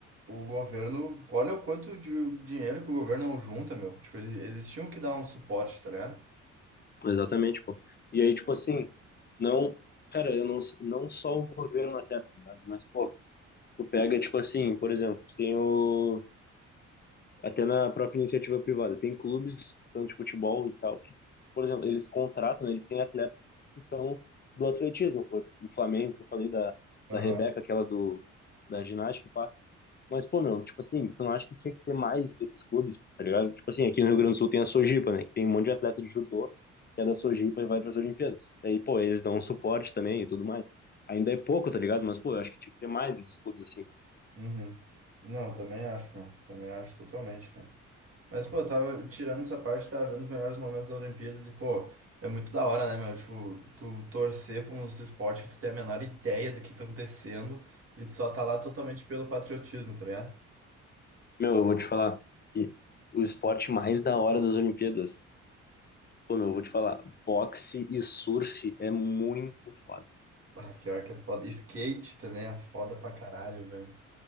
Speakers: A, on the right; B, on the left.
A: O governo, olha o quanto de dinheiro que o governo não junta, meu. Tipo, ele- eles tinham que dar um suporte, tá ligado?
B: exatamente, pô. E aí, tipo assim, não. Cara, eu não, não só o governo até, tá ligado? Mas, pô, tu pega, tipo assim, por exemplo, tem o. Até na própria iniciativa privada. Tem clubes, tanto de futebol e tal, que, por exemplo, eles contratam, né, eles têm atletas que são do atletismo. pô. O Flamengo, que eu falei da,
A: Aham.
B: da Rebeca, aquela do, da ginástica, e pá. Mas, pô, meu, tipo assim, tu não acha que tinha que ter mais desses clubes, tá ligado? Tipo assim, aqui no Rio Grande do Sul tem a Sojipa, né? Que tem um monte de atleta de judô que é da Sojipa e vai para as Olimpíadas. Aí, pô, eles dão um suporte também e tudo mais. Ainda é pouco, tá ligado? Mas, pô, eu acho que tinha que ter mais desses clubes, assim,
A: Uhum. Não, também acho, mano. Também acho totalmente, cara. Mas, pô, eu tava tirando essa parte, tava vendo os melhores momentos das Olimpíadas e, pô, é muito da hora, né, meu? Tipo, tu torcer pra uns esportes que tu tem a menor ideia do que tá acontecendo e tu só tá lá totalmente pelo patriotismo, tá ligado?
B: Meu, eu vou te falar que o esporte mais da hora das Olimpíadas, pô, meu, eu vou te falar, boxe e surf é muito foda.
A: Ah, pior que é foda. Skate também é foda pra caralho, velho.